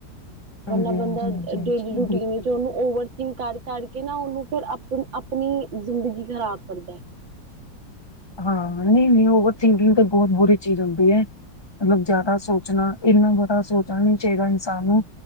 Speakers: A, on the left; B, on the right.
A: ਹਾਂਜੀ
B: ਵਰਨਾ ਬੰਦਾ
A: ਹਾਂਜੀ ਹਾਂਜੀ ਹਾਂਜੀ
B: ਡੇਲੀ ਰੂਟੀਨ
A: ਬਿਲਕੁਲ
B: ਵਿੱਚ ਉਹਨੂੰ
A: ਬਿਲਕੁਲ
B: ਓਵਰਥਿੰਕ ਕਰ ਕਰਕੇ ਨਾ ਉਹਨੂੰ ਫਿਰ ਆਪ ਣ ਆਪਣੀ ਜ਼ਿੰਦਗੀ ਖਰਾਬ ਕਰਦਾ ਹੈ।
A: ਹਾਂ, ਨਹੀਂ-ਨਹੀਂ ਓਵਰ ਥਿੰਕਿੰਗ ਤਾਂ ਬਹੁਤ ਬੁਰੀ ਚੀਜ਼ ਹੁੰਦੀ ਹੈ। ਮਤਲਬ ਜ਼ਿਆਦਾ ਸੋਚਣਾ ਇੰਨਾ ਬੜਾ ਸੋਚਣਾ ਨਹੀਂ ਚਾਹੀਦਾ ਇਨਸਾਨ ਨੂੰ।